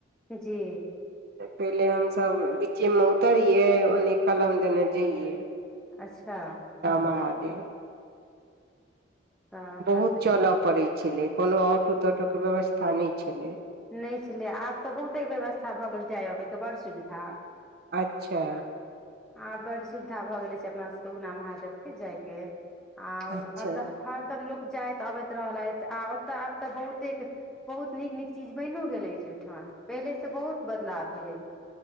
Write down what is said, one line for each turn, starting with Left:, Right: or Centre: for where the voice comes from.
Centre: जी
Right: पहिले हमसभ बीच्चेमे उतरियै ओने कलम देने जइयै
Centre: अच्छा
Right: महादेव
Centre: तऽ अपना
Right: बहुत
Centre: सब
Right: चलय पड़ैत छलै कोनो ऑटो तोटो के व्यवस्था नहि छलै
Centre: नहि छलै आब तऽ बहुते व्यवस्था भऽ गेल जाय अबैके बड़ सुविधा
Right: अच्छा
Centre: आ बड्ड सुविधा भऽ गेलै छै अपना सभके उगना महादेवके जायके आ
Right: अच्छा
Centre: अब तऽ हरदम लोको जाइत अबैत रहल अछि आ ओतऽ आब तऽ बहुते बहुत नीक नीक चीज बनिओ गेल छै ओहिठाम पहिलेसँ बहुत बदलाव भेल